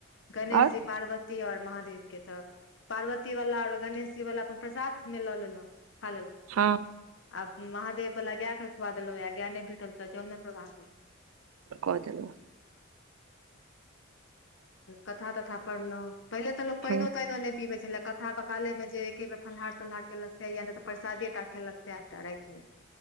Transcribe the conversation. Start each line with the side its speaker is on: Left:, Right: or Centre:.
Left: गणेश
Right: आओर
Left: जी पार्वती ओर महादेव के तऽ पार्वती वाला आओर गणेश जी वाला अपन प्रसाद मे लऽ लेलहुँं खा लेलहु
Right: हँ
Left: आब महादेवला गायकेँ खुआ देलहुँं या गाय नहि भेटल तऽ जलमे प्रवाह कहु
Right: कऽ देलहु
Left: कथा तथा पढ़लहुँ पहिले त लोग पैनों
Right: हँ
Left: तैनो नहि पीबै छल लेक कथा पकाले मे जे एके बेर फलहार तलहार के लग या ने तऽ परसादीटा खेलक सेहा राति मे